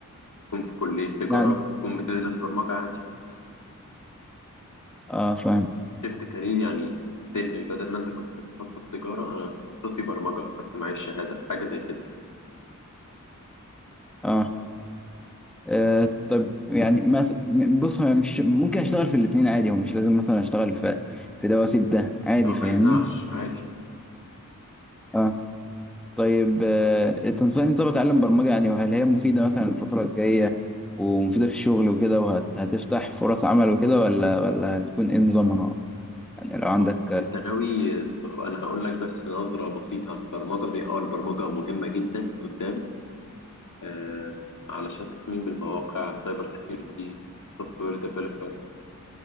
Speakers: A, on the left (about 70°); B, in the centre.
A: تكون في كلية تجارة
B: يعني
A: وتكون بتدرس برمجة عادي
B: اه فاهم
A: شيفت كارير يعني تنقل بدل ما أنت كنت تخصص تجارة أنا تخصصي برمجة بس معيش شهادة حاجة زي كده
B: اه آه طب يعني مثلا بص هو مش ممكن اشتغل في الاثنين عادي هو مش لازم مثلا اشتغل في في ده واسيب ده عادي
A: اه
B: فاهمني
A: ما يمنعش عادي
B: اه طيب آه تنصحني طب اتعلم برمجة يعني وهل هي مفيدة مثلا الفترة الجاية ومفيدة في الشغل وكده وهتفتح فرص عمل وكده ولا ولا هتكون ايه نظامها يعني لو عندك
A: بص انت ناوي انا هقول لك بس نظرة بسيطة عن البرمجة هي اه البرمجة مهمة جدا قدام آم، علشان تصميم المواقع سايبر سيكيورتي سوفت وير ديفلوبر